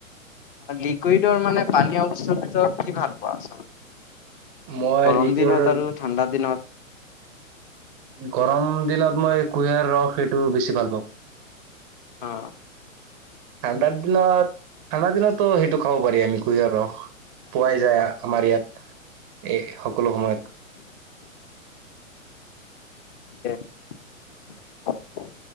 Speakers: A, on the left (about 40°); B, on the right (about 15°).
A: লিকুইডৰ মানে পানী অৱস্থাৰ ভিতৰত কি ভাল পোৱা আচল
B: মই
A: গৰম
B: লিকুইড
A: দিনত আৰু ঠাণ্ডা দিনত
B: গৰম দিনত মই কুঁহিয়াৰ ৰস সেইটো বেছি ভাল পাওঁ
A: অ
B: ঠাণ্ডাৰ দিনত ঠাণ্ডা দিনতো সেইটো খাব পাৰি আমি কুঁহিয়াৰ পোৱাই যায় আমাৰ ইয়াত এ সকলো সময়ত
A: এ <unintelligible>